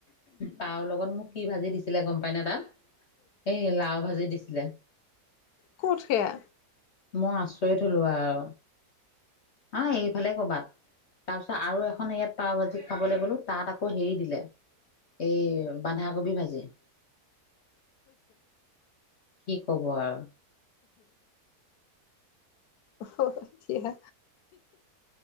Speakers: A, on the left; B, on the left.
A: পাও ৰ লগত মোক কি ভাজি দিছিলে গম পাই নে? তাত এ লাওঁ ভাজি দিছিলে।
B: ক'ত সেয়া।
A: মই আচৰিত হলো আৰু। আ, এইফালে ক'ৰবাত, তাৰ পিছত আৰু এখন ইয়াত পাও ভাজি খাবলে গ'লো, তাত আকৌ হেৰি দিলে, এই বান্ধাকবি ভাজি। কি ক'ব আৰু।
B: অ দিয়া